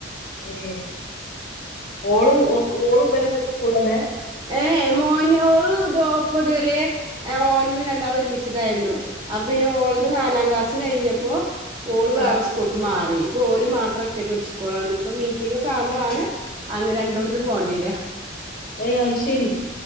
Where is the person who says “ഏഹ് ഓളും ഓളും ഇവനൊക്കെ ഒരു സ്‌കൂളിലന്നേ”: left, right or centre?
Left